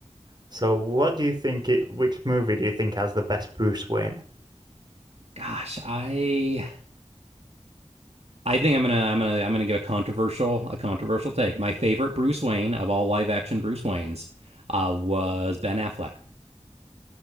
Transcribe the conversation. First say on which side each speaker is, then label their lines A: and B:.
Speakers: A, on the right (about 40°); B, on the right (about 65°).
A: So, what do you think it? Which movie do you think has the best Bruce Wayne?
B: Gosh, I I think I'm gonna I'm gonna I'm gonna give a controversial a controversial take. My favorite Bruce Wayne of all live action Bruce Waynes uh, was Ben Affleck.